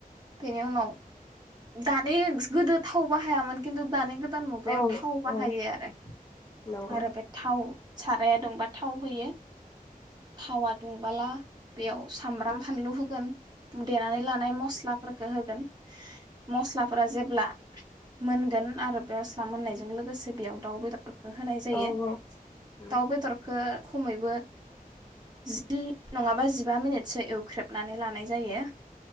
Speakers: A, on the right (about 30°); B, on the left (about 20°).
A: बेनि उनाव दानि गोदो थाव बाहायामोन मोन खिनथु दानि गोदान मुगायाव
B: औ
A: थाव बाहायो
B: औ
A: आरो
B: नंगौ
A: आरो बे थाव साराया दुंबा थाव होयो थावा दुंबोला बेयाव सामब्राम फानलु होगोन देनानै लानाय मस्लाफोरखौ होगोन। मस्लाफोरा जेब्ला मोनगोन आरो बेयाव मोननायजों लोगोसे बेयाव दाउ बेदरखौ होनाय जायो
B: औ औ
A: दाउ बेदरखौ खमैबो जि नङाबा जिबा मिनिटसो एवख्रेबनानै लानाय जायो।